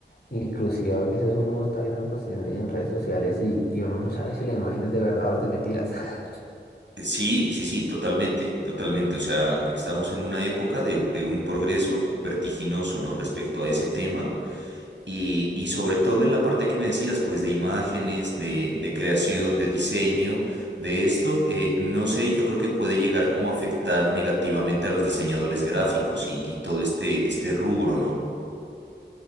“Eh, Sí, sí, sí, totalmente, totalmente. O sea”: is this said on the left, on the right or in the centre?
Right